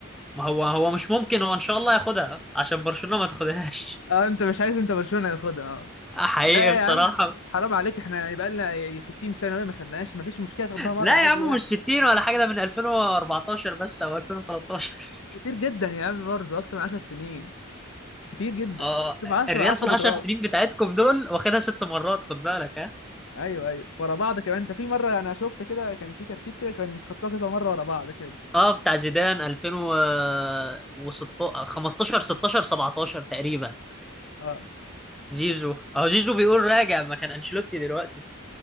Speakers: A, in the centre; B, on the left.
A: ما هو هو مش ممكن هو ان شاء الله ياخدها عشان برشلونة ما تاخدهاش
B: اه انت مش عايز انت برشلونه ياخدها اه
A: <laughs> حقيقي
B: لا
A: بصراحة
B: يا عم حرام عليك احنا يعني بقالنا ي- 60 سنه وهي ما خدناهاش ما فيش مشكله خدناها مره
A: لا
B: عادي
A: يا عم
B: يعني
A: مش 60 ولا حاجة ده من 2014 بس او 2013
B: كتير جدا يا عم برضه اكتر من 10 سنين كتير جدا
A: اه
B: شوف 10
A: الريال
B: 10
A: في العشر
B: بطولات
A: سنين بتاعتكم دول واخدها ست مرات خد بالك ها
B: ايوه ايوه ورا بعض كمان انت في مره انا شفت كده كان في ترتيب كده كان خدتوها كذا مره ورا بعض كده
A: اه بتاع زيدان 2015 15 16 17 تقريبا
B: اه
A: زيزو اهو زيزو بيقول راجع مكان انشيلوتي دلوقتي